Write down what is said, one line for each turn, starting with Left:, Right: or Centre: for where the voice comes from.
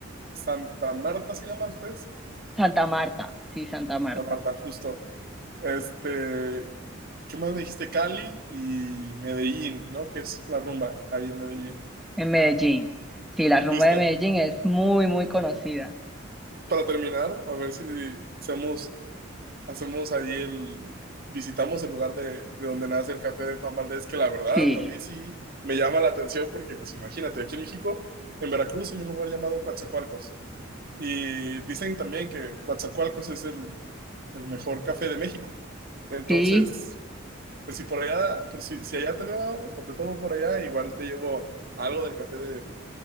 Right: Santa Marta se llama después.
Centre: Santa Marta, sí, Santa Marta,
Right: Santa Marta, justo. Este, ¿qué más me dijiste? Cali y Medellín, ¿no? Que es la rumba ahí en Medellín.
Centre: en Medellín. Sí, la rumba
Right: Justo.
Centre: de Medellín es muy, muy conocida.
Right: Para terminar, a ver si hacemos, hacemos ahí el, visitamos el lugar de, de donde nace el café de Juan Valdés, que la verdad
Centre: Sí,
Right: también sí me llama la atención porque, pues imagínate, aquí en México, en Veracruz hay un lugar llamado Coatzacoalcos. Y dicen también que Coatzacoalcos es el, el mejor café de México. Entonces,
Centre: sí,
Right: Pues si por allá, por si, si allá te veo o te tomo por allá, igual te llevo algo del café de